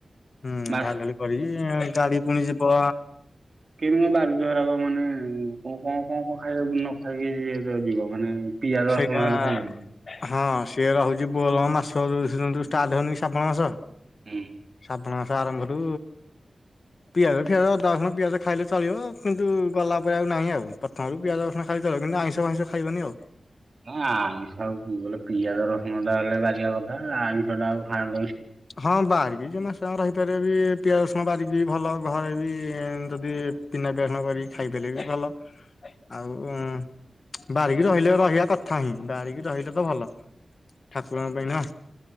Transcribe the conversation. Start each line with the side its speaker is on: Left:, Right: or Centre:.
Left: ହୁଁ
Right: ମାସ
Left: ଢାଳି ଢୁଳି କରିବି, ଗାଡି ପୁଣି ଯିବ
Right: କେମ ବାରୁଜରାଗ ମାନେ କଣ କଣ କଣ କଣ ଖାଇ ନ ଖାଇକିଏବେ ଯିବ ମାନେ ପିଆଜ
Left: ସେଇଟା
Right: ରସୁଣ ହେଲେ ଖାଇବନି।
Left: ହଁ ସିଏ ରହୁଛି ବୋଲବମ୍, ମାସ ଷ୍ଟାର୍ଟ ହଉନି କି ଶ୍ରାବଣ ମାସ।
Right: ହୁଁ।
Left: ଶ୍ରାବଣ ମାସ ଆରମ୍ଭରୁ ପିଆଜ ଫିଆଜ, ଅଦା, ରସୁଣ, ପିଆଜ ଖାଇଲେ ଚଳିବ, କିନ୍ତୁ ଗଲା ପରେ ଆଉ ନାହିଁ ଆଉ। ଆଳୁ, ପିଆଜ, ରସୁଣ ଖାଇପାର, କିନ୍ତୁ ଆଇଁଷ ଫାଇଁଷ ଖାଇବନି ଆଉ।
Right: ନାଇଁ ଆମିଷ ଆଉ <unintelligible> ପିଆଜ ରସୁ ଣଟା ହେଲେ ବାରିବା କଥା, ଆଇଁଷଟା ଆଉ ଖାଆ
Left: ହଁ ବାହାରେ କିଛି ମାସ ରହିପାରିଆ ବି ପିଆଜ ରସୁଣ ବାରିକି ବି ଭଲ। ଘରେ ବି ଯଦି ବିନା ପିଆଜ ରସୁଣ କରି ଖାଇପାରିବେ ବି ଭଲ। ଆଉ ବାରିକି ରହିଲେ ରହିବା କଥା ହିଁ, ବାରିକି ରହିଲେ ତ ଭଲ। ଠାକୁରଙ୍କ ପାଇଁ ନା।